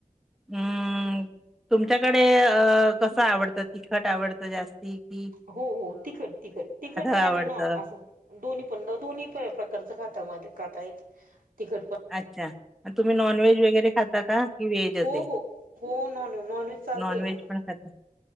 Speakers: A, in the centre; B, on the right.
A: अम् तुमच्याकडे अ कसं आवडतं तिखट आवडतं जास्त. ते क.
B: हो हो तिखट तिखट तिखट पण
A: आवडतं
B: आणि न असं. दोन्ही पण दोन्ही प्रकारच खात खात आहेत तिखटप.
A: अच्छा! तुम्ही नॉनव्हेज वगैरे खाता का कि व्हेज
B: हो
A: असे
B: हो हो नॉन नॉनव्हेज चालतंय
A: नॉन व्हेज
B: ना
A: पण खाता.